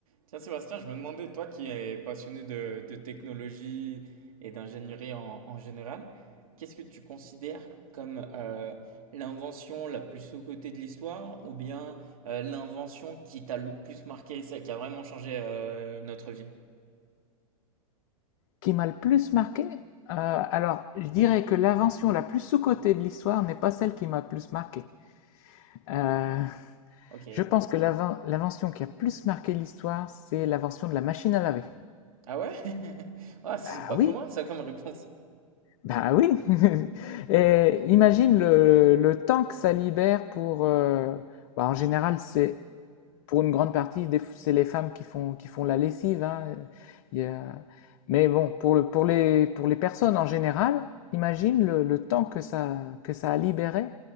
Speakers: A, on the right (about 70°); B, on the left (about 50°).
A: Tiens, Sébastien, je me demandais, toi qui es passionné de, de technologie et d'ingénierie en, en général, qu'est-ce que tu considères comme euh, l'invention la plus sous-cotée de l'histoire ou bien euh, l'invention qui t'a le plus marqué, celle qui a vraiment changé euh, notre vie?
B: Qui m'a le plus marqué? Euh, alors, je dirais que l'invention la plus sous-cotée de l'histoire n'est pas celle qui m'a le plus marqué. Euh,
A: Ok.
B: je pense que l'invention qui a plus marqué l'histoire, c'est l'invention de la machine à laver.
A: Ah ouais? <laughs> Ah, c'est
B: Ah
A: pas
B: oui,
A: commun ça comme réponse.
B: Bah oui. <laughs> Et imagine le, le temps que ça libère pour. euh, bah, en général, c'est pour une grande partie, des- c'est les femmes qui font qui font la lessive. hein. Euh, il y a- Mais bon, pour le pour les pour les personnes en général, imagine le, le temps que ça que ça a libéré